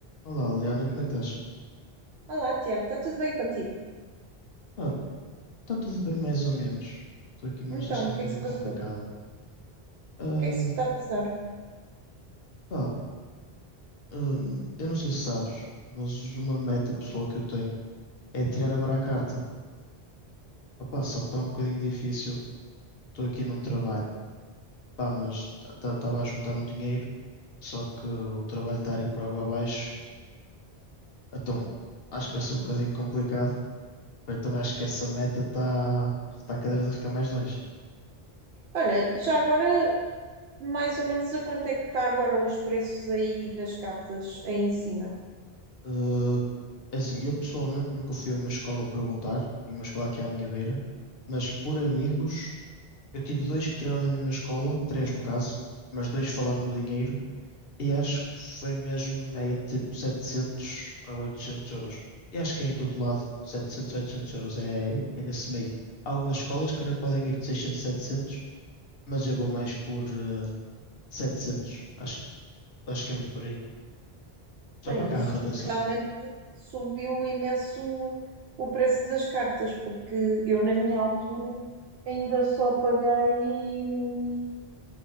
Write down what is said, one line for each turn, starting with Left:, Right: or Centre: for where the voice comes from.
Left: Olá, Liana, como é que estás?
Right: Olá, Tiago, está tudo bem contigo?
Left: Ah, está tudo bem, mais ou menos. Estou aqui numa
Right: Então,
Left: situação
Right: o
Left: um
Right: que
Left: bocadinho
Right: é que se passou?
Left: complicada.
Right: O
Left: Ahm,
Right: que é que se está a passar?
Left: pá, ahm, eu não sei se sabes, mas uma meta pessoal que eu tenho é tirar agora a carta. Opá, só que está um bocadinho difícil. Estou aqui num trabalho, pá, mas estava a juntar um dinheiro, só que o trabalho está a ir por água abaixo. Então acho que vai ser um bocadinho complicado. Então acho que essa meta está está cada vez a ficar mais longe.
Right: Olha, já agora, mais ou menos a quanto é que está agora os preços aí das cartas aí em cima?
Left: Uh, assim, eu pessoalmente nunca fui a uma escola perguntar, nenhuma escola aqui à minha beira, mas por amigos, eu tive dois que tiraram na mesma escola, três no caso, mas dois falaram do dinheiro, e acho que foi mesmo é entre tipo 700 a 800 euros. E acho que é em todo lado, 700 a 800 euros, é, é nesse meio. Há algumas escolas que ainda podem ir de 600 a 700, mas eu vou mais por eh, 700, acho, acho que é muito por aí. Só
Right: Bem,
Left: para
Right: isto
Left: carro, atenção.
Right: realmente subiu imenso o preço das cartas, porque eu na minha altura ainda só paguei, hum,